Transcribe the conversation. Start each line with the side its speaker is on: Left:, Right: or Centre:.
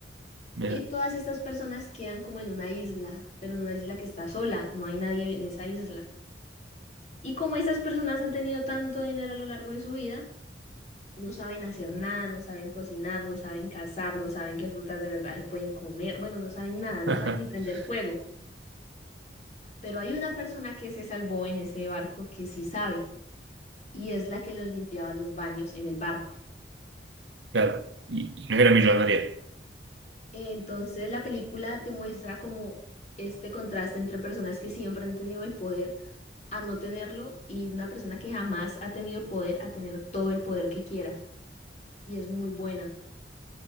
Right: Mira.
Left: Y todas estas personas quedan como en una isla, pero en una isla que está sola, no hay nadie en esa isla. Y como esas personas han tenido tanto dinero a lo largo de su vida, no saben hacer nada, no saben cocinar, no saben cazar, no saben qué frutas de verdad se pueden comer, bueno, no saben nada, no
Right: <laughs>
Left: saben ni prender fuego. Pero hay una persona que se salvó en ese barco que sí sabe, y es la que les limpiaba los baños en el barco.
Right: Claro. Y, y no era millonaria.
Left: Entonces la película te muestra como este contraste entre personas que siempre han tenido el poder a no tenerlo y una persona que jamás ha tenido poder a tener todo el poder que quiera. Y es muy buena.